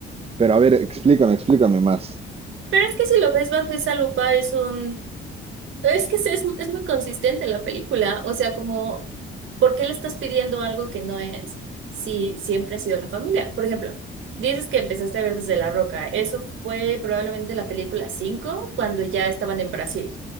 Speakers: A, on the right; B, on the right.
A: Pero a ver, explícame, explícame más.
B: Pero es que si lo ves bajo esa lupa es un Es que es, es es muy consistente la película, o sea, como, ¿por qué le estás pidiendo algo que no es si siempre ha sido la familia? Por ejemplo, dices que empezaste a ver desde La Roca, eso fue probablemente la película 5 cuando ya estaban en Brasil.